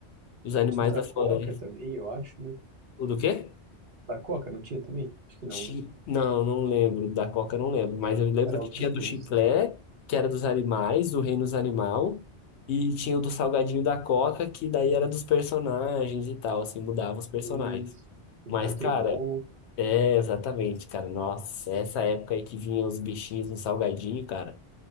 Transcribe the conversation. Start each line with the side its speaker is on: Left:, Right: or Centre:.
Left: os animais
Right: Tinha os da
Left: da floresta.
Right: Coca também, eu acho, né?
Left: O do quê?
Right: Da Coca não tinha também? Acho que não,
Left: Chi-
Right: né?
Left: Não, não lembro. Da Coca eu não lembro. Mas eu lembro
Right: Era
Left: que
Right: outros
Left: tinha
Right: brindes,
Left: do chiclé,
Right: né?
Left: que era dos animais, do reino dos animal. E tinha o do salgadinho da Coca, que daí era dos personagens e tal, assim, mudava os personagens.
Right: Isso. Do
Left: Mas,
Right: Pokémon.
Left: cara, é exatamente, cara. Nossa, essa época aí que vinha os bichinhos no salgadinho, cara.